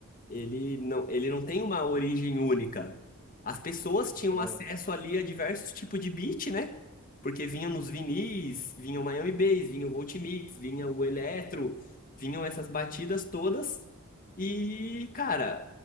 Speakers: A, on the left; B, in the centre.
A: Ele não, ele não tem uma origem única. As pessoas
B: Isso
A: tinham
B: é da
A: acesso
B: hora.
A: ali a diversos tipos de beat, né? Porque vinham nos vinis, vinha o Miami Bass, vinha o Voltimix, vinha o Eletro, vinham essas batidas todas. E, cara,